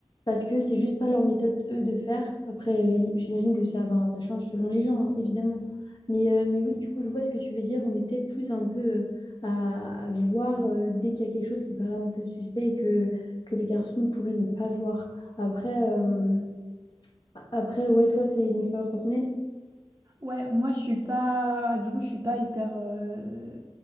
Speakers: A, on the left; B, on the right.
A: parce que c'est juste pas leur méthode, eux, de faire. Après, euh, j'imagine que ça, enfin, ça change selon les gens, hein, évidemment. Mais, euh, mais oui, du coup, je vois ce que tu veux dire. On est peut-être plus un peu euh, à, à voir euh, dès qu'il y a quelque chose qui paraît un peu suspect et que, que les garçons pourraient ne pas voir. Après, euh, après, ouais, toi, c'est une expérience personnelle?
B: Ouais, moi je suis pas, du coup je suis pas hyper euh,